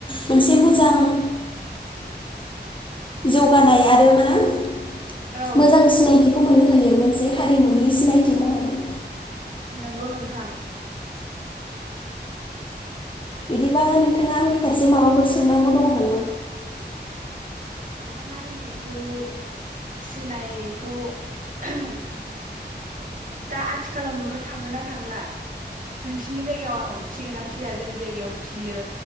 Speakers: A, on the left; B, on the right.
A: मोनसे मोजां जौगानाय आरो मा मोजां
B: औ
A: सिनायथि बुंनो हायो मोनसे हारिमुनि सिनायथि महरै।
B: नोंगौ नोंथां।
A: बिदिब्ला नोंथाङा आंनि फारसे माबाफोर सोंनांगौ दङ नामा?
B: नोंथाङा इन्दि एम्फौ फिसिनाय खौ <unintelligible> दा आथिखालाव नुनो थांगोन ना थांला नोंसिनि जायगायाव फिगोन ना फिया? जोंनि जायगायाव फियो